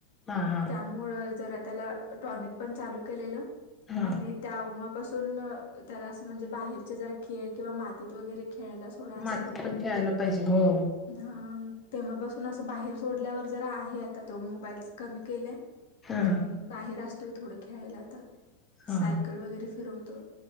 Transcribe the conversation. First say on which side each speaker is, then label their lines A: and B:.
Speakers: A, on the left; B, on the left.
A: हा
B: मग
A: हा
B: त्यामुळं जरा त्याला टॉनिक पण चालू केलेलं
A: हा
B: आणि तेव्हापासून त्याला असं म्हणजे बाहेरचे जरा खेळ किंवा मातीत वगैरे खेळायला सोडा असं
A: मातीत
B: बोललेले
A: पण खेळायला पाहिजे हो
B: हा तेव्हापासून असं बाहेर सोडल्यावर जरा आहे, आता तो मोबाईल कमी केलाय.
A: हा
B: आणि बाहेर असतोय. थोडं खेळायला आता
A: हा
B: सायकल वगैरे फिरवतो.